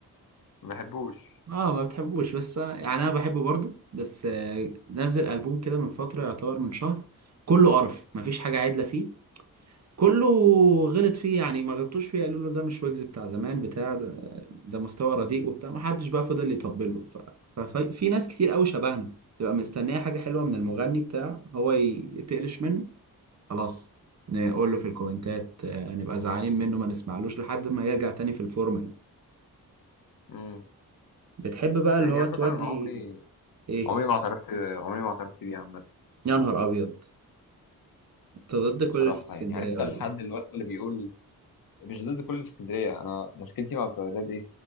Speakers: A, on the left (about 65°); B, on the right (about 45°).
A: ما بحبوش
B: اه ما بتحبوش بس أنا- يعني انا بحبه برضو بس آه، نزل البوم كده من فتره يعتبر من شهر كله قرف مفيش حاجه عدله فيه كله غلط فيه يعني ما غلطوش فيه قالوا له ده مش ويجز بتاع زمان بتاع ده, ده مستوى رديء وبتاع ما حدش بقى فضل يطبل له ف... ففي ناس كتير قوي شبهنا تبقى مستنيه حاجه حلوه من المغني بتاع هو يتقلش منه خلاص نقول له في الكومنتات آه، نبقى زعلانين منه ما نسمعلوش لحد ما يرجع تاني في الفورمة يعني
A: مم.
B: بتحب بقى اللي
A: يعني
B: هو
A: عامة
B: تودي
A: أنا عمري
B: ايه
A: عمري ما اعترفت عمري ما اعترفت بيه عامة
B: يا نهار ابيض انت ضد كل
A: بصراحة
B: اللي في اسكندرية
A: يعني عرفت
B: ولا
A: الحد
B: ايه
A: اللي هو اللي بيقول مش ضد كل اللي في اسكندرية أنا مشكلتي مع بتوع الراب إيه؟